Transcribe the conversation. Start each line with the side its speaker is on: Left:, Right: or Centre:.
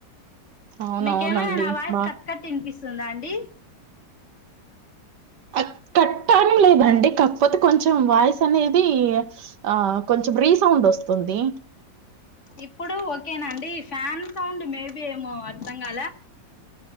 Right: అవునవునండి
Left: మీకేమైనా నా వాయిస్
Right: బా
Left: కట్ కట్ వినిపి వస్తుందా అండి
Right: కట్ అవ్వడం లేదండి కాకపోతే కొంచెం వాయిస్ అనేది ఆ కొంచెం రీ సౌండ్ వస్తుంది
Left: ఇప్పుడు ఓకేనండి ఫ్యాన్ సౌండ్ మేబి ఏమో అర్థం కదా